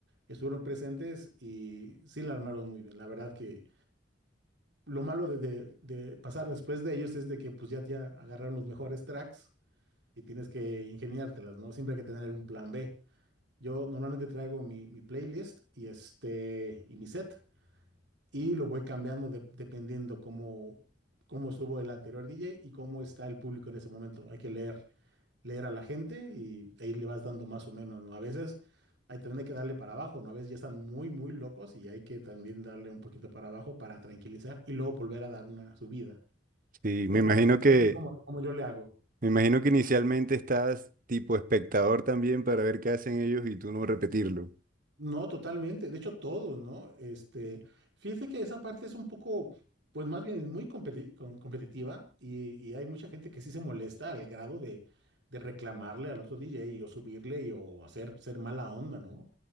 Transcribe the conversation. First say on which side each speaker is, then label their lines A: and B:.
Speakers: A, on the right; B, on the right.
A: estuvieron presentes y sí la armaron muy bien. La verdad que lo malo de, de- de pasar después de ellos es de que pues ya, ya agarraron los mejores tracks y tienes que ingeniártelas, ¿no? Siempre hay que tener un plan B. Yo normalmente traigo mi, mi playlist y este y mi set y lo voy cambiando de- dependiendo cómo, cómo estuvo el anterior DJ y cómo está el público en ese momento. Hay que leer, leer a la gente y ahí le vas dando más o menos, ¿no? A veces hay también hay que darle para abajo, ¿no? A veces ya están muy, muy locos y hay que también darle un poquito para abajo para tranquilizar y luego volver a dar una subida.
B: Sí,
A: Pero
B: me imagino
A: por lo
B: que,
A: menos es como, como yo le hago.
B: me imagino que inicialmente estás tipo espectador también para ver qué hacen ellos y tú no repetirlo.
A: No, totalmente. De hecho, todos, ¿no? Este, fíjese que esa parte es un poco, pues más bien es muy competi- com- competitiva y, y hay mucha gente que sí se molesta al grado de, de reclamarle al otro DJ o subirle y, o hacer ser mala onda, ¿no?